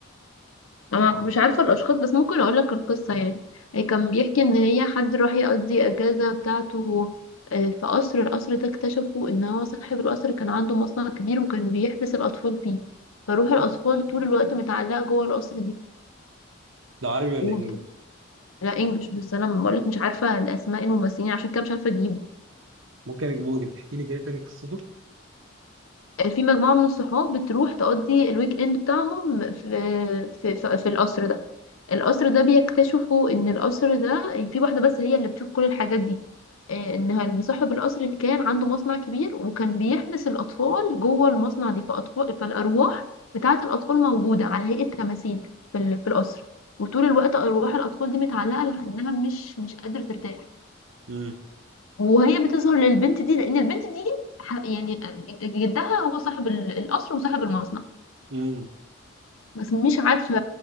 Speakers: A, on the left; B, on the right.
A: أنا مش عارفة الأشخاص بس ممكن أقولك القصة يعني هي كان بيحكي إن هي حد راح يقضي أجازة بتاعته آه، في قصر القصر ده اكتشفوا إن هو صاحب القصر كان عنده مصنع كبير وكان بيحبس الأطفال فيه فروح الأطفال طول الوقت متعلقة جوه القصر دي
B: ده عربي ولا
A: وبت...
B: انجليزي
A: لا إنجلش بس أنا بقولك مش عارفة الأسماء الممثلين عشان كده مش عارفة أجيبه
B: ممكن اجيبه لك احكي لي كده تاني قصته
A: في مجموعة من الصحاب بتروح تقضي الويك اند بتاعهم في في في, في القصر ده القصر ده بيكتشفوا ان القصر ده في واحدة بس هي اللي بتشوف كل الحاجات دي آه، ان صاحب القصر كان عنده مصنع كبير وكان بيحبس الأطفال جوه المصنع دي فأطفال فالأرواح بتاعة الأطفال موجودة على هيئة تماثيل في ال- في القصر وطول الوقت أرواح الأطفال دي متعلقة لأنها مش مش قادرة ترتاح
B: امم
A: وهي بتظهر للبنت دي لان البنت دي ح- يعني جدها هو صاحب ال- القصر وصاحب المصنع
B: امم
A: بس مش عارفه